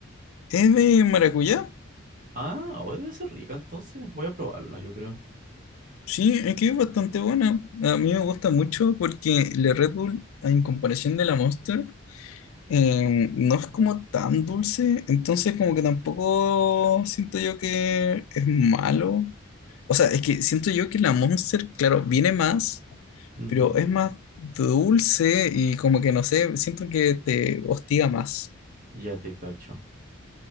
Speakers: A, on the left (about 75°); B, on the right (about 40°).
A: ¿Es de maracuyá?
B: Ah, hoy debe ser rica, entonces voy a probarla, yo creo.
A: Sí, es que es bastante buena. A mí me gusta mucho porque la Red Bull, en comparación de la Monster, eh, no es como tan dulce, entonces como que tampoco siento yo que es malo O sea, es que siento yo que la Monster, claro, viene más,
B: Ujú,
A: pero es más dulce y como que no sé, siento que te hostiga más.
B: Ya te cacho.